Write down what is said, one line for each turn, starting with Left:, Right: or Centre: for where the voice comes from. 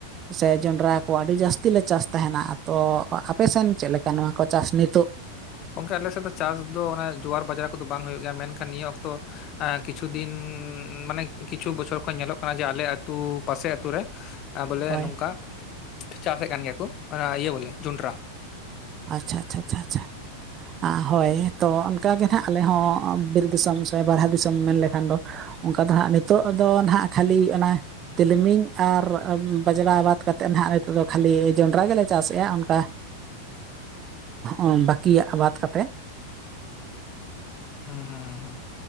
Right: ᱥᱮ ᱡᱚᱱᱰᱨᱟ ᱠᱚ ᱟᱹᱰᱤ ᱡᱟᱥ ᱼᱼ ᱛᱤ ᱞᱮ ᱪᱟᱥ ᱛᱟᱦᱮᱱᱟ ᱛᱚ ᱟᱯᱮ ᱥᱮᱱ ᱪᱮᱫ ᱞᱮᱠᱟ ᱱᱚᱣᱟ ᱠᱚ ᱪᱟᱥ ᱱᱤᱛᱚᱜ?
Left: ᱜᱚᱢᱠᱮ ᱟᱞᱮ ᱥᱮᱫ ᱫᱚ ᱪᱟᱥ ᱫᱚ ᱚᱱᱮ ᱡᱳᱣᱟᱨ ᱵᱟᱡᱲᱟ ᱠᱚᱫᱚ ᱵᱟᱝ ᱦᱩᱭᱩᱜ ᱜᱮᱭᱟ ᱢᱮᱱᱠᱷᱟᱱ ᱱᱤᱭᱟᱹ ᱚᱠᱛᱚ ᱮᱸ ᱠᱤᱪᱷᱩ ᱫᱤᱱ ᱢᱟᱱᱮ ᱠᱤᱪᱷᱩ ᱵᱚᱪᱷᱚᱨ ᱠᱷᱚᱱ ᱧᱮᱞᱚᱜ ᱠᱟᱱᱟ ᱡᱮ ᱟᱞᱮ ᱟᱹᱛᱩ ᱯᱟᱥᱮ ᱟᱛᱩ ᱨᱮ ᱟᱸ ᱵᱚᱞᱮ
Right: ᱦᱳᱭ
Left: ᱱᱚᱝᱠᱟ ᱪᱟᱥᱮᱫ ᱠᱟᱱ ᱜᱮᱭᱟ ᱠᱚ ᱚᱱᱟ ᱤᱭᱟᱹ ᱵᱚᱞᱮ ᱡᱚᱱᱰᱨᱟ
Right: ᱟᱪᱪᱷᱟ ᱟᱪᱪᱷᱟ ᱟᱪᱪᱷᱟ ᱟᱪᱪᱷᱟ ᱦᱳᱭ ᱛᱚ ᱚᱱᱠᱟᱜᱮ ᱱᱟᱷᱟᱜ ᱟᱞᱮ ᱦᱚᱸ ᱵᱤᱨ ᱫᱤᱥᱚᱢ ᱥᱮ ᱵᱟᱨᱦᱟ ᱫᱤᱥᱚᱢ ᱢᱮᱱ ᱞᱮᱠᱷᱟᱱ ᱫᱚ ᱚᱱᱠᱟ ᱫᱚ ᱦᱟᱸᱜ ᱱᱤᱛᱚᱜ ᱫᱚ ᱱᱷᱟᱜ ᱠᱷᱟᱹᱞᱤ ᱚᱱᱟ ᱛᱤᱞᱢᱤᱧ ᱟᱨ ᱵᱟᱡᱽᱲᱟ ᱵᱟᱫ ᱠᱟᱛᱮᱫ ᱱᱟᱦᱜ ᱱᱤᱛᱚᱜ ᱫᱚ ᱠᱷᱟᱹᱞᱤ ᱡᱚᱱᱰᱨᱟ ᱜᱮᱞᱮ ᱪᱟᱥᱮᱜᱼᱟ ᱚᱱᱠᱟ ᱦᱚᱸ‌ᱵᱟᱹᱠᱤᱭᱟᱜ ᱵᱟᱫ ᱠᱟᱛᱮ
Left: ᱦᱩᱸ ᱦᱩᱸ ᱦᱩᱸ